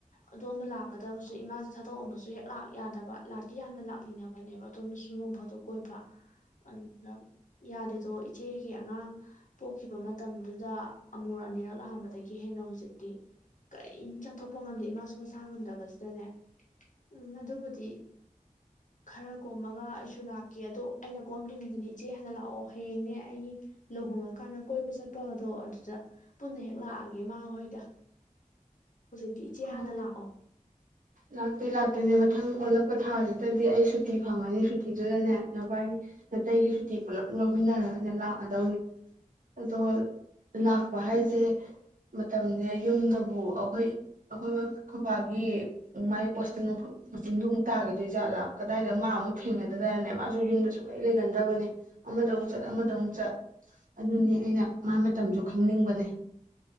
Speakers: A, on the left; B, on the right.
A: ꯑꯗꯣꯝꯕ ꯂꯥꯛꯀꯗꯕꯁꯨ ꯏꯃꯥꯁꯦ ꯊꯥꯗꯣꯛꯑꯝꯕꯁꯨ ꯍꯦꯛ ꯂꯥꯛ ꯌꯥꯗꯕ ꯂꯥꯛꯇꯤ ꯌꯥꯝꯅ ꯂ ꯅꯤꯡꯉꯅꯕꯅꯦꯕ ꯑꯗꯣꯝꯗꯁꯨ ꯅꯣꯡꯐꯥꯠꯇꯣ ꯀꯣꯏꯕ ꯑꯗꯨꯗ ꯌꯥꯗꯦꯗꯣ ꯏꯆꯦꯒꯤ ꯑꯉꯥꯡ ꯄꯣꯛꯈꯤꯕ ꯃꯇꯝꯗꯨꯗ ꯑꯃꯨꯔꯛ ꯑꯅꯤꯔꯛ ꯂꯥꯛꯑꯝꯕꯗꯒꯤ ꯍꯦꯟꯅ ꯍꯧꯖꯤꯛꯇꯤ ꯀꯔꯤꯝ ꯆꯠꯊꯣꯛꯄ ꯉꯝꯗꯦ ꯏꯃꯥꯁꯨ ꯃꯁꯥ ꯉꯝꯗꯕꯁꯤꯗꯅꯦ ꯎꯝ ꯑꯗꯨꯕꯨꯗꯤ ꯈꯔ ꯀꯣꯝꯃꯒ ꯑꯩꯁꯨ ꯂꯥꯛꯀꯦ ꯑꯗꯣ ꯑꯩꯅ ꯀꯣꯝꯗ꯭ꯔꯤꯉꯩꯗꯅꯦ ꯏꯆꯦ ꯍꯥꯟꯅ ꯂꯥꯛꯑꯣ ꯍꯌꯦꯡꯅꯦ ꯑꯩ ꯂꯨꯍꯣꯡꯉ ꯀꯥꯟꯅ ꯀꯣꯏꯕ ꯆꯠꯄꯒꯗꯣ ꯑꯗꯨꯗ ꯄꯨꯟꯅ ꯍꯦꯛ ꯂꯥꯛꯑꯒꯦ ꯏꯃꯥꯍꯣꯏꯒ ꯍꯧꯖꯤꯛꯇꯤ ꯏꯆꯦ
B: ꯑꯣ
A: ꯍꯥꯟꯅ ꯂꯥꯛꯑꯣ
B: ꯂꯥꯛꯇꯤ ꯂꯥꯛꯇꯣꯏꯅꯦ ꯃꯊꯪ ꯑꯣꯜꯂꯛꯄ ꯊꯥꯁꯤꯗꯗꯤ ꯑꯩ ꯁꯨꯇꯤ ꯐꯪꯉꯅꯤ ꯁꯨꯇꯤꯗꯨꯗꯅꯦ ꯅꯕꯥꯏ ꯅꯥꯇꯩꯒꯤ ꯁꯨꯇꯤ ꯄꯨꯂꯞ ꯂꯧꯃꯤꯟꯅꯔꯒꯅꯦ ꯂꯥꯛꯀꯗꯧꯅꯦ ꯑꯗꯣ ꯂꯥꯛꯄ ꯍꯥꯏꯁꯦ ꯃꯇꯝꯁꯦ ꯌꯨꯝꯗꯕꯨ ꯑꯩꯈꯣꯏ ꯑꯩꯈꯣꯏ ꯑꯩꯈꯣꯏꯕꯥꯒꯤ ꯃꯥꯒꯤ ꯄꯣꯁꯇꯤꯡ ꯃꯐꯝ ꯄꯣꯁꯇꯤꯡꯗꯨ ꯑꯃꯨꯛ ꯇꯥꯈꯤꯗꯣꯏꯖꯥꯠꯂꯥ ꯀꯗꯥꯏꯗ ꯃꯥ ꯑꯃꯨꯛ ꯊꯦꯡꯅꯗꯣꯏꯗꯅꯅꯦ ꯃꯥꯁꯨ ꯌꯨꯝꯗ ꯁꯨꯛꯂꯩ ꯂꯩꯒꯟꯗꯕꯅꯦ ꯑꯃꯗ ꯑꯃꯨꯛ ꯆꯠ ꯑꯃꯗ ꯑꯃꯨꯛ ꯆꯠ ꯑꯗꯨꯅꯤ ꯑꯩꯅ ꯃꯥꯏ ꯃꯇꯝꯁꯨ ꯈꯪꯅꯤꯡꯕꯅꯦ